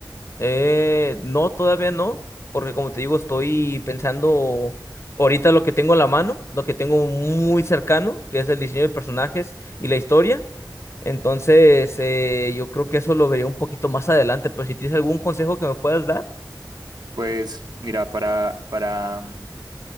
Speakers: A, on the left; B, on the right.
A: Eh, no, todavía no, porque como te digo, estoy pensando ahorita lo que tengo en la mano, lo que tengo muy cercano, que es el diseño de personajes y la historia. Entonces, eh, yo creo que eso lo vería un poquito más adelante, pero si tienes algún consejo que me puedas dar.
B: Pues mira, para, para, mm,